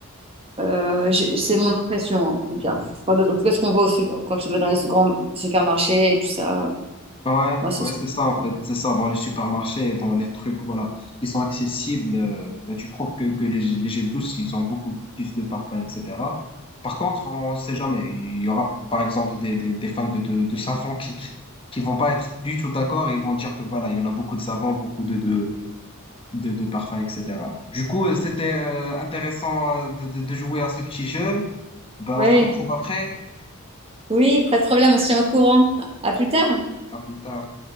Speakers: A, on the right (about 25°); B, on the left (about 25°).
A: euh, j'ai- c'est mon impression, en tout cas. Enfin, de- en tout cas, ce qu'on voit aussi quand on va dans les grands supermarchés et tout ça,
B: Ouais,
A: moi, c'est
B: ouais,
A: ce
B: c'est
A: que
B: ça en
A: je vois.
B: fait, c'est ça dans les supermarchés, dans les trucs voilà qui sont accessibles, euh, bah, tu trouves que, que les, les gels douces, ils ont beaucoup plus de parfums, etc. Par contre, on sait jamais, il y aura par exemple des, des, des fans de, de, de savon qui, qui qui vont pas être du tout d'accord et ils vont dire que voilà, il y en a beaucoup de savons, beaucoup de, de, de, de parfums, etc. Du coup, euh, c'était euh, intéressant euh, de, de, de jouer à ce petit jeu. Ben,
A: Ouais.
B: on se retrouve après,
A: Oui, pas de problème, on se tient au courant. À plus tard.
B: à plus tard.